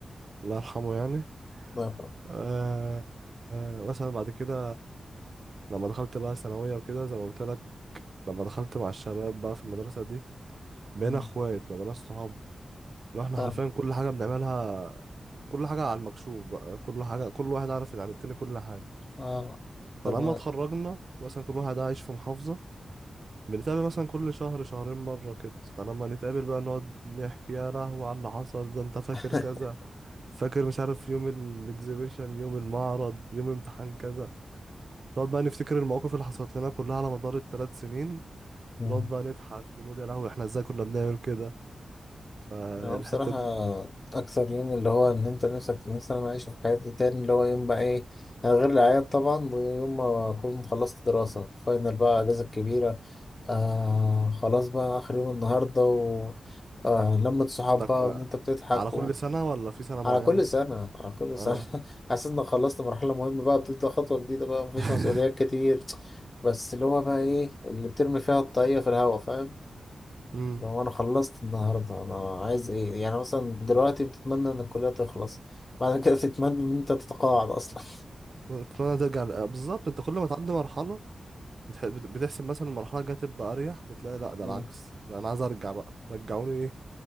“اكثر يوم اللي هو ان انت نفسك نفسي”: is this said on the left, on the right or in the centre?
Left